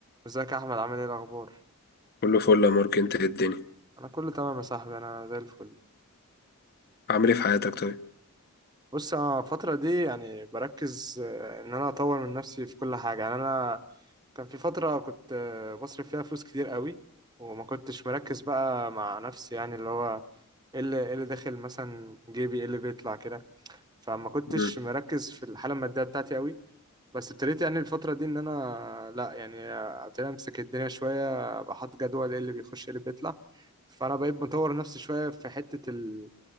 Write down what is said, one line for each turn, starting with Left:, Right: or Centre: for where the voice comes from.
Right: ازيك يا احمد عامل ايه الاخبار
Left: كله فل يا مارك انت ايه الدنيا
Right: انا كله تمام يا صاحبي انا زي الفل
Left: عامل ايه في حياتك طيب
Right: بص انا الفتره دي يعني بركز آه، ان انا اطور من نفسي في كل حاجه يعني انا كان في فتره كنت آه، بصرف فيها فلوس كتير قوي وما كنتش مركز بقى مع نفسي يعني اللي هو ايه اللي إيه اللي داخل مثلا جيبي ايه اللي بيطلع كده فما كنتش
Left: مم.
Right: مركز في الحاله الماديه بتاعتي قوي بس ابتديت يعني الفتره دي ان انا لا يعني ابتديت امسك الدنيا شويه ابقى حاطط جدول ايه اللي بيخش ايه اللي بيطلع فانا بقيت بطور نفسي شويه في حته ال...